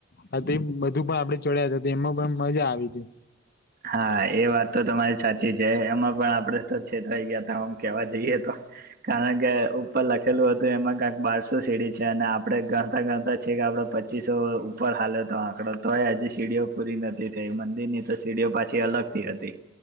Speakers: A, on the left; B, on the right.
A: બધું પણ આપડે ચડ્યા હતા એમાં પણ મજા આવી હતી.
B: હા એ વાત તો તમારી સાચી છે એમાં પણ આપડે તો છેતરાઈ ગયા હતા આમ કેવા જઈએ તો. કારણ કે ઉપર લખેલું હતું એમાં કંક બારસો સીડી છે અને આપડે ગણતા ગણતા છે કે આપડ પચીસો ઉપર હાલે તો આંકડો તો હોય હજી સીડીઓ પૂરી નથી થઈ મંદિરની તો સીડીઓ પાછી અલગ થી હતી